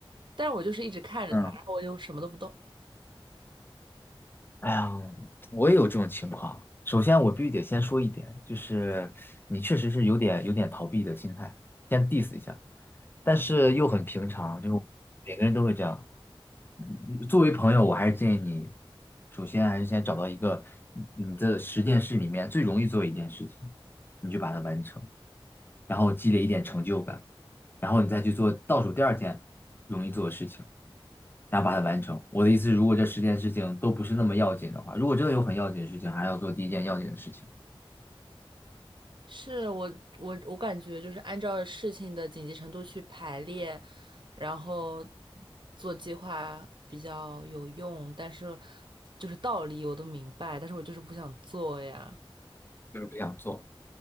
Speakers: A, on the right; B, on the left.
A: 但是我就是一直看着它，
B: 嗯
A: 然后我就什么都不动。
B: 哎呀，我也有这种情况。首先，我必须得先说一点，就是你确实是有点有点逃避的心态，先 diss 一下，但是又很平常，就每个人都会这样。嗯作为朋友，我还是建议你，首先还是先找到一个你你的十件事里面最容易做一件事情，你就把它完成。然后积累一点成就感，然后你再去做倒数第二件容易做的事情，然后把它完成。我的意思是如果这十件事情都不是那么要紧的话，如果真的有很要紧的事情，还要做第一件要紧的事情，
A: 是我我我感觉就是按照事情的紧急程度去排列，然后做计划比较有用，但是就是道理我都明白，但是我就是不想做呀。
B: 就是不想做。